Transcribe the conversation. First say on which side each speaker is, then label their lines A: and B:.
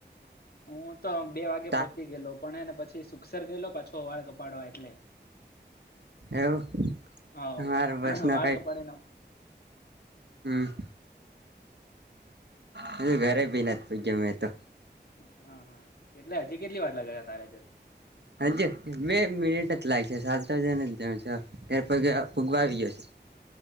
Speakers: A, on the left; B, on the right.
A: હું તો બે વાગે
B: તા
A: પહોંચી ગે પણ એને પછી સુસર ગયેલો પાછો વાળ કપાડવા એટલે.
B: એવું
A: હ
B: હર વસ ન
A: વાળ
B: કઈ
A: કપાડે ન
B: હમ્મ હ ઘરે બી નથી પૂજ્યો મેં તો,
A: હ હા, કેટલે હજી કેટલી વાર લગાવ્યા તારેાજત
B: હજ બે મિનિટ જ લાગ છે, સાતા જ ત્યારે ફગવા આવી જયોશે.